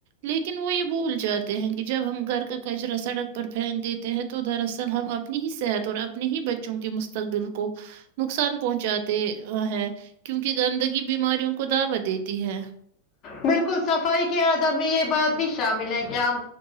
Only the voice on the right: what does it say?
لیکن وہ یہ بھول جاتے ہیں کہ جب ہم گھر کا کچرا سڑک پر پھینک دیتے ہیں تو دراصل ہم اپنی ہی صحت اور اپنے ہی بچوں کے مستقبل کو نقصان پہنچاتے ہیں ا کیونکہ گندگی بیماریوں کو دعوت دے تی ہے